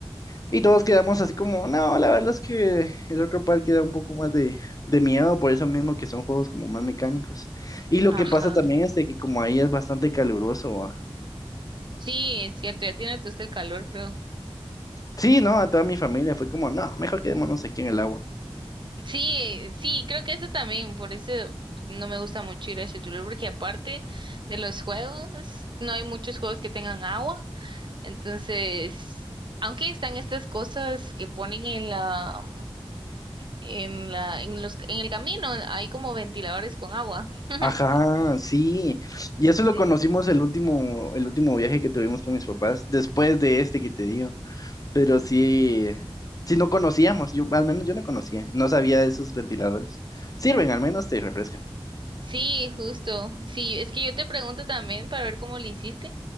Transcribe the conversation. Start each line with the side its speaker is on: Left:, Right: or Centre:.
Left: Y todos quedamos así como, no, la verdad es que el otro parque da un poco más de, de miedo, por eso mismo que son juegos como más mecánicos. Y lo
Right: ajá.
Left: que pasa también es de que como ahí es bastante caluroso. ah.
Right: Sí, es cierto, ya tiene usted el calor, creo.
Left: Sí, no, a toda mi familia fue como, no, mejor quedémonos aquí en el agua.
Right: Sí, sí, creo que eso también, por eso no me gusta mucho ir a Cholula, porque aparte de los juegos, no hay muchos juegos que tengan agua, entonces, aunque están estas cosas que ponen en la, en la, en los, en el camino, hay como ventiladores con agua. <laughs>
Left: Ajá, sí.
Right: Eh,
Left: Y
Right: Sí.
Left: eso lo conocimos el último, el último viaje que tuvimos con mis papás, después de este que te digo. Pero sí, sí no conocíamos, yo, al menos yo no conocía, no sabía de esos ventiladores. Sirven, al menos te refrescan.
Right: Sí, justo. Sí, es que yo te pregunto también para ver cómo le hiciste.